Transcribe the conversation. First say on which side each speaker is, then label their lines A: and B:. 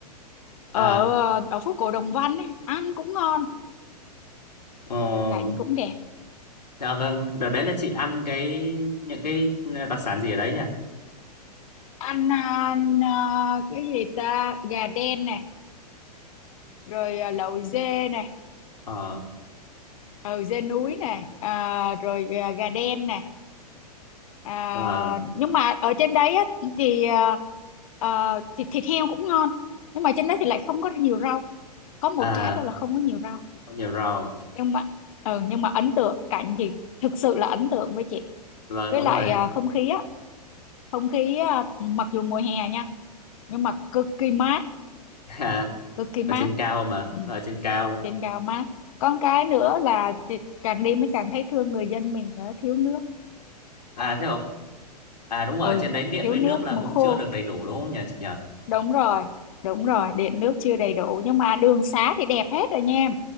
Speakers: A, on the left; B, on the left.
A: ở
B: à
A: ở phố cổ Đồng Văn ấy, ăn cũng ngon
B: ờ,
A: cảnh cũng đẹp
B: theo vâng, đợt đấy là chị ăn cái những cái ờ, đặc sản gì ở đấy nhỉ
A: ăn, à, à, cái gì ta gà đen này rồi à, lẩu dê này
B: ờ
A: ừ, dê núi này à, rồi à, gà đen này à,
B: và
A: nhưng mà ở trên đấy á, thì à, à, thịt thịt heo cũng ngon nhưng mà trên đấy thì lại không có nhiều rau có một
B: à
A: cái thôi là không có nhiều rau
B: không nhiều rau
A: nhưng mà ừ, nhưng mà ấn tượng cảnh thì thực sự là ấn tượng với chị
B: vâng
A: với
B: đúng
A: lại
B: rồi
A: à, không khí á không khí à, mặc dù mùa hè nha nhưng mà cực kỳ mát
B: <laughs> à,
A: cực kỳ
B: ở
A: mát
B: trên cao mà
A: ừ,
B: ở trên cao
A: trên cao mát con cái nữa là thì càng đi mới càng thấy thương người dân mình nữa thiếu nước
B: à thế không à đúng rồi
A: ừ
B: ở trên đấy điện
A: thiếu
B: với
A: nước
B: nước là
A: mùa
B: cũng
A: khô
B: chưa được đầy đủ đúng không nhỉ chị nhỉ
A: đúng rồi đúng rồi điện nước chưa đầy đủ nhưng mà đường xá thì đẹp hết rồi nha em